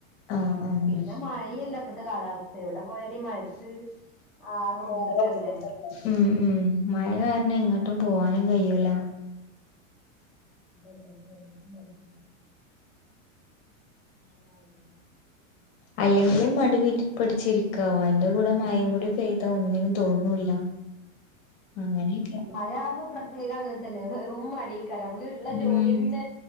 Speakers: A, on the left (about 45°); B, in the centre.
A: ആഹ് ആഹ്
B: പിന്നെ മഴയല്ല ഇപ്പത്തെ കാലാവസ്ഥ എവിടെ പോയാല മഴത് ആകെ ബുദ്ധിമുട്ടല്ലേ
A: പോവാതെ ബുദ്ധിമുട്ടുണ്ടാവും. ഉം ഉം മഴ കാരണം ഇങ്ങട്ടും പോവാനും കഴിയൂല്ല
B: <unintelligible> ഓ <unintelligible>
A: അല്ലെങ്കിലെ മടി പിടി പിടിച്ചിരിക്കാവും അതിന്റെ കൂടെ മയം കൂടി പെ ഇ ഒന്നിനും തോന്നൂല്ല അങ്ങനെയൊക്കെ
B: മയാവ്പോ പ്രത്യേകം അങ്ങനെ തന്നെവെറും മടിയാക്കാരം നമുക്ക് ള്ള
A: ഉം
B: ജോലിയന്നെ